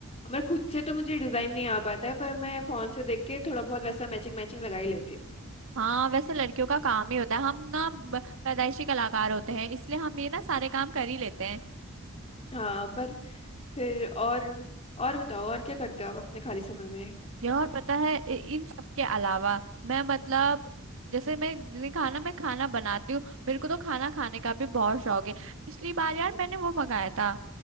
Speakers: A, on the left; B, on the right.
A: मैं खुद से तो मुझे डिजाइन नहीं आ पाता है पर मैं फोन से देख के थोड़ा बहुत वैसा मैचिंग मैचिंग लगा ही लेती हूँ
B: हाँ वैसे लड़कियों का काम ही होता है हम ना ब- पैदाइशी कलाकार होते हैं इसलिए हम ये ना सारे काम कर ही लेते हैं
A: हाँ पर फिर और और बताओ और क्या करते हो आप अपने खाली समय में
B: ये और पता है इ- इन सब के अलावा मैं मतलब जैसे मैं मैंने कहा ना मैं खाना बनाती हूँ मेरे को तो खाना खाने का भी बहुत शौक है पिछली बार यार मैंने वो मंगाया था